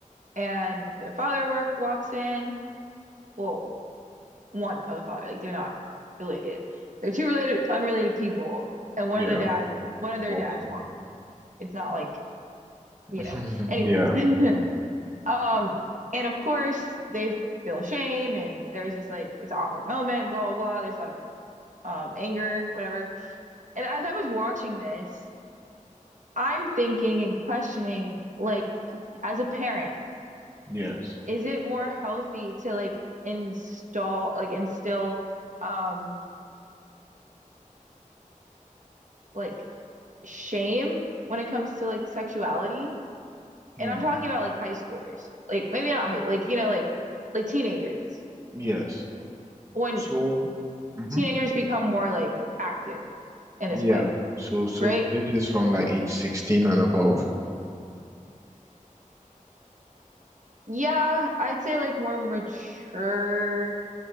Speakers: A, on the right; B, on the right.
A: and their father work walks in. Well, one of the father, like they're not related. They're two related, unrelated people, and one
B: Yeah.
A: of the dad, one of their
B: Walks
A: dads
B: in.
A: walk in. It's not like
B: <laughs>
A: you know, anyways.
B: Yeah.
A: <laughs>
B: Mm.
A: Um, and of course they feel shame and there's this like it's an awkward moment, blah blah blah. There's a lot of um anger, whatever. And as I was watching this, I'm thinking and questioning, like, as a parent,
B: Yes.
A: is it more healthy to like install like instill um like shame when it comes to like sexuality?
B: Hmm.
A: And I'm talking about like high schoolers. Like maybe not high, like you know, like like teenagers
B: Yes.
A: when
B: So, hmm
A: teenagers become more like active in
B: Yeah.
A: this way,
B: So, so
A: right?
B: this is from like age 16 and above.
A: Yeah, I'd say like more mature.